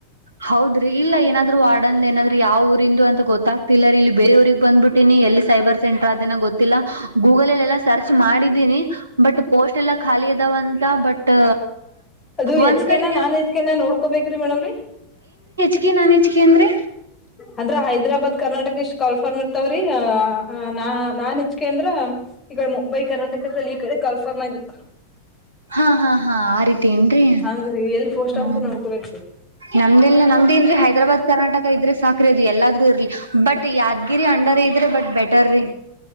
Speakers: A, on the right (about 70°); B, on the left (about 20°).
A: ಹೌದ- ಇಲ್ಲ ಏನಾದ್ರು ವಾರ್ಡ್ ಅಂದ ಏನಾದರು ಯಾವ ಊರಿಂದು ಅಂತ ಗೊತ್ತಾಗ್ತಿಲ್ಲ ಇಲ್ಲಿ ಬೇರೆ ಊರಿಗೆ ಬಂದಬಿಟ್ಟಿನಿ ಎಲ್ಲಿ ಸೈಬರ್ ಸೆಂಟರ್ ಅದೇ ಗೊತ್ತ. ಗೊತ್ತಿಲ್ಲ ಗೂಗಲ್ಲ್ ಅಲ್ಲಿ ಎಲ್ಲಾ ಸರ್ಚ್ ಮಾಡಿದ್ದೀನಿ- ಬಟ್ ಪೋಸ್ಟ್ ಎಲ್ಲ ಖಾಲಿ ಅದಾವ ಅಂತ ಬಟ್-
B: ಅದು ಹೆಚ್
A: ಒಂದ್
B: ಕೆ
A: ಕಡೆ
B: ನಾ ನಾನ್ ಹೆಚ್ ಕೆ ನಾ ಕೋಬೇಕ್ರೀ ಮೇಡಮ್ ರೀ
A: ಹೆಚ್ ಕೆ ನಾನ್ ಹೆಚ್ ಕೆ ಅಂದ್ರೆ.
B: ಅಂದ್ರ ಹೈದ್ರಾಬಾದ್ ಕರ್ನಾಟಕ ಇಷ್ಟ್ ಕಾಲ್ಫಾರ್ಮ್ ಇರ್ತವ್ರೀ ನಾ ನಾನ್ ಹೆಚ್ಕೆ ಅಂದ್ರ ಈ ಮುಂಬೈ ಕರ್ನಾಟಕ ಈ ಕಡೆ ಕಾಲ್ಫಾರ್ಮ್ ಆಗಿರ್ತವ.
A: ಹಾ ಹಾ ಹಾ ಆ ರೀತಿ. ಅಂಗ ಏನ್ರಿ ಹ್ಮ
B: ಹಂಗ್ರೀ ಎಲ್ಲಿ ಪೋಸ್ಟ್ ಅಂತ ನೋಡ್ಕೋಬೇಕ್ರಿ
A: ನಮ್ದಲ್ ನಮ್ದ ಏನ್ರಿ ಹೈದ್ರಾಬಾದ್ ಕರ್ನಾಟಕ ಇದ್ರೆ ಸಾಕ್ರ ಅದು ಎಲ್ಲಾದ್ರೂ ಇರ್ಲಿ ಬಟ್ ಯಾದ್ಗಿರಿ ಅಂಡರ್ ಇದ್ರೆ ಬಟ್ ಬೆಟರ ರಿ